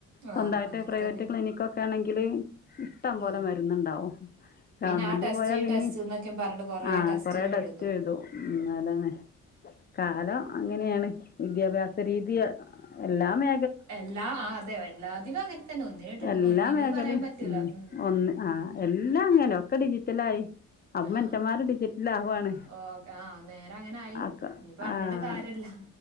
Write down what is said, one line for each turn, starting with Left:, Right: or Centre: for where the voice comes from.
Left: സ്വന്തമായിട്ട്
Right: ആ അങ്ങനെ
Left: പ്രൈവറ്റ്
Right: തന്നെ
Left: ക്ലിനിക്ക് ഒക്കെ ആണെങ്കിൽ ക്കല് ഇഷ്ടം പോലെ
Right: ആ
Left: മെര്ന്ന്ണ്ടാവും.
Right: പിന്നെ
Left: ഗവണ്മെന്റ്
Right: ആ ടെസ്റ്റ്
Left: പോയാ
Right: ഈ
Left: പിന്നിം
Right: ടെസ്റ്റ് എന്നൊക്കെ പറഞ്ഞിട്ട് കൊറേ
Left: ആഹ്
Right: ടെസ്റ്റിനും
Left: കൊറെ ടെസ്റ്റെഴ്തും
Right: എഴുതും
Left: ഉം അതാണ്. കാലം അങ്ങനെണ് വിദ്യാഭ്യാസ രീതി എല്ലാ മേ
Right: എല്ലാ അതെ എല്ലാതിലും അങ്ങൻതന്നെ ഒന്നിന് <unintelligible>
Left: എല്ലാ
Right: ഒന്നിന്
Left: മേഖലയും
Right: പറയാൻ പറ്റൂല. ഉം
Left: ഒന്ന് ആഹ് എല്ലാ അങ്ങനെ ഒക്കെ ഡിജിറ്റലായി. അപ്പൊ
Right: ആ
Left: മെൻഷ്യന്മാരും ഡിജിറ്റലാവാണ്
Right: ഓ ആ നേരെ അങ്ങനെ ആയി
Left: അക്ക
Right: ഇനി പറഞ്ഞിട്ട്
Left: ആഹ്
Right: കാര്യമില്ല